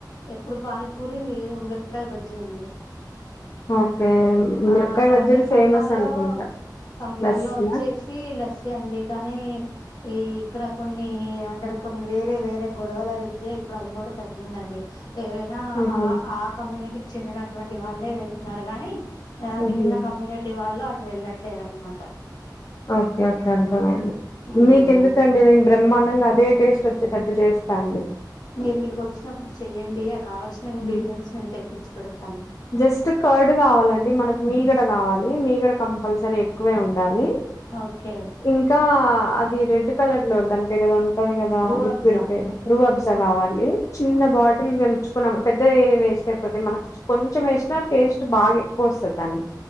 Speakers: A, on the left; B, on the left.
A: ఎప్పుడు బా పనీ పూరి మీ మిర్ ప్ కాయ్ బజ్జీ అండి
B: ఓకే
A: ఆ
B: మిర్పకాయ్
A: తర్వాత
B: బజ్జిలు
A: సమ్మర్
B: ఫేమస్ అనుకుంటా
A: లో సమ్మర్
B: లస్సీనా
A: లో ఓచ్చేసి లస్సి అండి కానీ ఈ ఇక్కడ కొన్ని ఏవంటరు కొన్ని వేరే వేరే గొడవల రీత్యా ఇప్పుడు అది గూడా తగ్గిందండి ఏవైనా
B: హ్మ్
A: ఆ ఆ కమ్యూనిటీక్ చెందినటువంటి వాళ్ళే వెళ్తున్నారు గాని ఆ మిగిలిన
B: హ్మ్
A: కమ్యూనిటీ వాళ్ళు అటు వెళ్ళట్లేరన్ మాట
B: ఓకే ఓకే అర్థమైంది
A: మ్మ్
B: మీకెందుకండి నేన్ బ్రమ్మ నంగా అదే టేస్ట్ వోచ్చేటట్టు చేస్తాండి
A: మీర్ ఈడ్ కోచ్చినప్పుడు చెయ్యండి ఆ కావాల్సిన ఇంగ్రీడియంట్స్
B: ఉమ్
A: నేను తెప్పించి పెడతాను
B: జస్టు కర్డ్ గావాలండి మనకు మీగడ గావాలి మీగాడా కంపల్ సరీ ఎక్కువే ఉండాలి
A: ఓకే
B: ఇంకా అద్ ఈ రెడ్డు కలర్ లో దాన్ పేర్ ఏదవం ది కదా
A: రూఅబ్జా
B: లిక్విడ్ పే రూబ్
A: రోబ్జా
B: కావాలి చిన్న
A: ఓకే
B: బాటిల్ గలుచు న్నా పెద్దది వేస్ట్ అయిపోతే మనకు కొంచెం వేసినా టేస్ట్ బాగా ఎక్కువ వస్తుంది దానికి